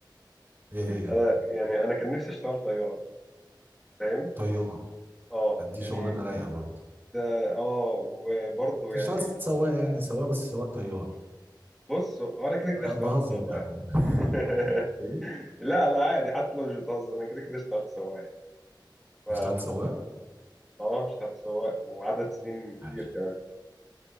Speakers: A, on the right; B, in the centre.
A: إيه هي
B: انا يعني انا كان نفسي اشتغل طيار فاهم
A: طيار
B: اه
A: دي
B: يعني
A: شغلانة رايقة برضه
B: ده اه وبرضه
A: كنت
B: يعني
A: شغال سواق يعني سواق بس سواق طيار
B: بص هو انا كده كده
A: أه،
B: اشتغلت
A: بهزر
B: سواق
A: يا عم <laughs>
B: <laughs>
A: ايه
B: لا لا عادي حتى لو مش بتهزر انا كده كده اشتغلت سواق ف
A: اشتغل سواق
B: اه اشتغلت سواق وعدد سنين
A: عاش
B: كتير كمان